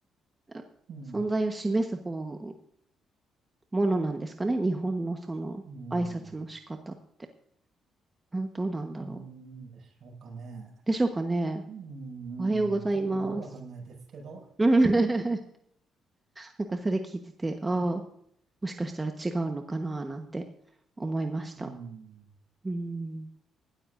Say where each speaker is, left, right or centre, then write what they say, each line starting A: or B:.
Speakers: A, on the right; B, on the right.
A: あ存在を示す方、
B: うん。
A: ものなんですかね。日本のその挨拶の仕方って。
B: うん。
A: あどうなんだろう。
B: うん、でしょうかね。
A: でしょうかね。
B: うん。
A: おはようございます。
B: ちょっとわ、わかんないですけど。
A: うん <laughs> なんかそれ聞いてて、ああ、もしかしたら違うのかななんて思いました。
B: うん。
A: うん